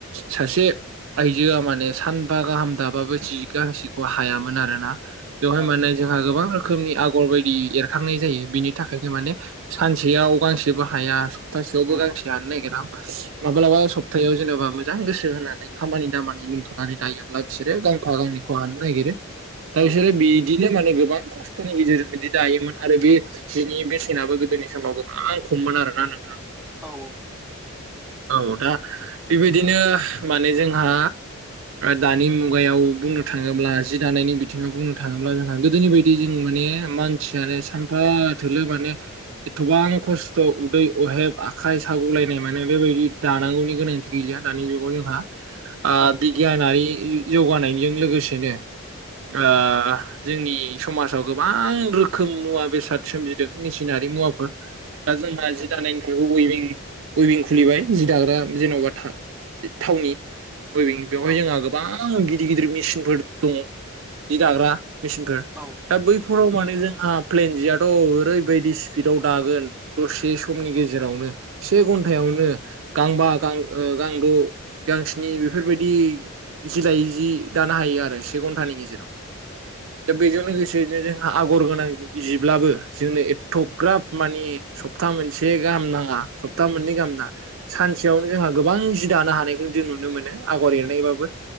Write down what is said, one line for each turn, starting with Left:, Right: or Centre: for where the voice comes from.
Right: सासे आइजोआ माने सान बा गाहाम दाबाबो जि गांसेखौ हायामोन आरोना बेवहाय
Centre: औ उम
Right: माने जोंहा गोबां रोखोमनि आगर बायदि एरखांनाय जायो बिनि थाखायनो माने सानसेयाव गांसेबो हाया सप्तासेयावबो
Centre: उम
Right: गांसे हानो नागिरा माब्लाबा सप्तायाव जेनेबा मोजां गोसो होनानै खामानि दामानि दोनथ'नानै दायोब्ला बिसोरो गांफा गांनैखौ हानो नागिरो दा
Centre: औ
Right: बिसोरो बिदिनो माने गोबां खस्थ'नि गेजेरजों बिदि दायोमोन आरो बे जिनि बेसेनाबो गोदोनि समाव गोबां खममोन आरो ना नोंथां
Centre: औऔ
Right: औ दा बेबायदिनो माने जोंहा दानि मुगायाव बुंनो थाङोब्ला जि दानायनि बिथिङाव बुंनो थाङोब्ला जोंहा गोदोनि बायदि बिदि जों माने मानसियानो सानफा थोलो माने एथबां खस्थ' उदै अहेब आखाय साग'लायनाय माने बेबायदि दानांगौनि गोनांथि गैलिया दानि जुगाव जोंहा आ
Centre: उम
Right: बिगियानारि जौगानायजों लोगोसेनो ओ जोंनि समाजाव गोबां रोखोम मुवा बेसाद सोमजिदों मेसिनारि मुवाफोर दा जोंहा जि
Centre: उम औ
Right: दानायनिफ्रायबो उइबिं उइबिं खु खुलिबाय जि दाग्रा जेन'बा
Centre: औ
Right: थाव थावनि उइबिं बेवहाय
Centre: औ
Right: जोंहा गोबां गिदिर गिदिर मेसिनफोर दङ जि दाग्रा मेसिनफोर
Centre: औ
Right: दा बैफोराव माने जोंहा प्लेन जियाथ' ओरैबायदि स्पिडआव दागोन दसे समनि गेजेरावनो से घन्ट घन्ट यावनो गांबा गां ओ गांद' गांस्नि बेफोरबायदि जि लायो जि दानो हायो आरो से घन्टानि गेजेराव। दा बेजों लोगोसे <unintelligible> जोंहा आगर गोनां जिब्लाबो जोंनो एथ'ग्राब मानि सप्ता मोनसे गाहाम नाङा सप्ता मोननै गाहाम नाङा सानसेयावनो जोंहा गोबां जि दानो हानायखौनो जों नुनो मोनो आगर एरनायबाबो